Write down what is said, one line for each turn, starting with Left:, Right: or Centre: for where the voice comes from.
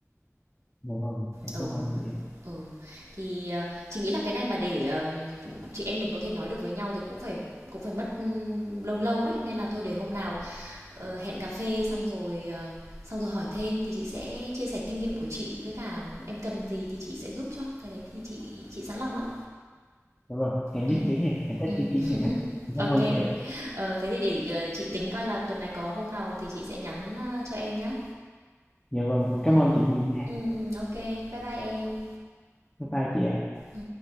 Left: Dạ vâng, em
Right: Ừ,
Left: cảm ơn chị.
Right: ừ. Thì, ờ, chị nghĩ là cái này mà để, ờm, chị em mình có thể nói được với nhau thì cũng phải cũng phải mất, ưm, lâu lâu đấy, nên là thôi để hôm nào ờ, hẹn cà phê xong rồi ờ, xong rồi hỏi thêm thì chị sẽ chia sẻ kinh nghiệm của chị với cả em cần gì thì chị sẽ giúp cho cái đấy thì chị chị sẵn lòng lắm
Left: Dạ vâng, em
Right: ừ,
Left: nhất trí nha, em thích
Right: ừ.
Left: ý kiến này á. Em
Right: ok
Left: cảm ơn chị ạ.
Right: ờ, thế thì để ờ, chị tính coi là tuần này có hôm nào thì chị sẽ nhắn ờ, cho em nhá
Left: Dạ vâng, em
Right: ừ.
Left: cảm ơn chị nhiều nha.
Right: Ừ, ừ, ok bye bye em
Left: Bye bye chị ạ.
Right: ừ.